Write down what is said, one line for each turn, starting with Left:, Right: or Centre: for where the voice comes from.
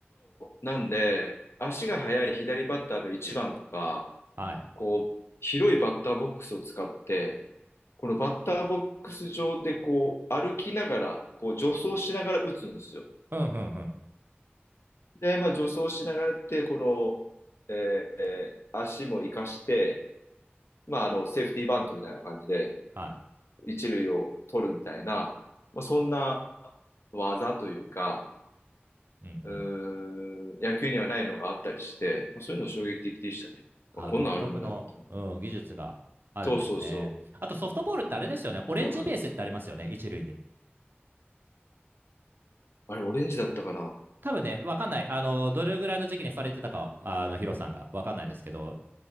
Left: なんで、足が速い左バッターの一番とか、
Right: はい。
Left: こう、広いバッターボックスを使って、このバッターボックス上でこう、歩きながら、こう、助走しながら打つんですよ。
Right: うんうんうん。
Left: で、まあ、助走しながらやって、この、えー足も活かして、まあ、あの、セーフティーバントみたいな感じで、
Right: はい。
Left: 一塁を取るみたいな、まあ、そんな技というか、
Right: うんうん。
Left: うーん、野球にはないのがあったりして、まあそういうの衝撃的でしたね。
Right: あー独特の、
Left: あ、こんなんあるんだっていう。
Right: うん、技術があるんですね。
Left: そうそうそう。
Right: あとソフトボールってあれですよね。オレンジベースってありますよね、
Left: そうなんです。
Right: 一塁に。
Left: あれ、オレンジだったかな
Right: 多分ね、わかんない。あの、どれぐらいの時期にされてたか、あの、ヒロさんがわかんないですけど、